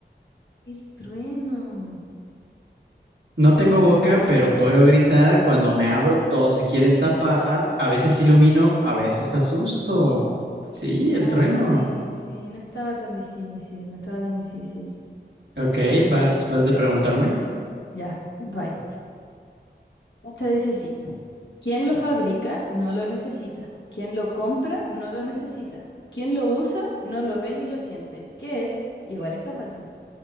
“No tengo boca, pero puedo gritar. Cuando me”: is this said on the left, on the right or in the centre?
Right